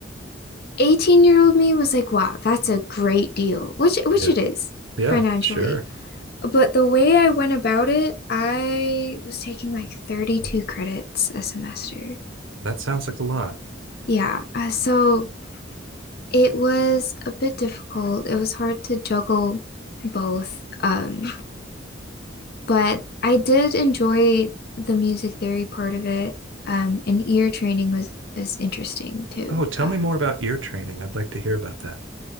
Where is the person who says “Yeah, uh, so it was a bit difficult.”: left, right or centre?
Left